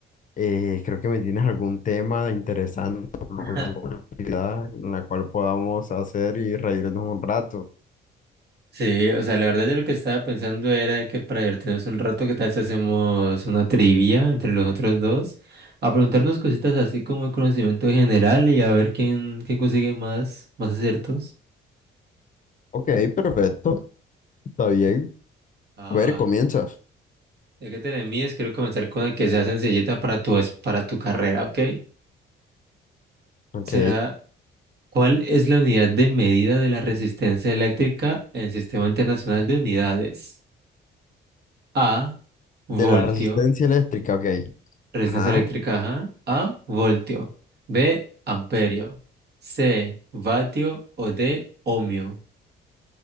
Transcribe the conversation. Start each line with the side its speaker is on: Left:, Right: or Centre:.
Left: eh, creo que me tienes algún tema interesante, alguna
Right: <laughs>
Left: actividad en la cual podamos hacer y reírnos un rato.
Right: Sí, o sea, la verdad yo lo que estaba pensando era que para divertirnos un rato, ¿qué tal si hacemos una trivia entre los otros dos? A preguntarnos cositas así como el conocimiento general y a ver quién, quién consigue más, más aciertos.
Left: Ok, perfecto, está bien.
Right: Ah,
Left: A ver, comienza.
Right: ya que te la mides, quiero comenzar con la que sea sencillita para tu, es- para tu carrera, ¿ok?
Left: Ok,
Right: Será, ¿cuál es la unidad de medida de la resistencia eléctrica en el Sistema Internacional de Unidades? A. voltio,
Left: de la resistencia eléctrica, ok.
Right: resistencia
Left: Ajá,
Right: eléctrica, ajá. A, voltio. B, amperio. C, vatio o D, ohmio.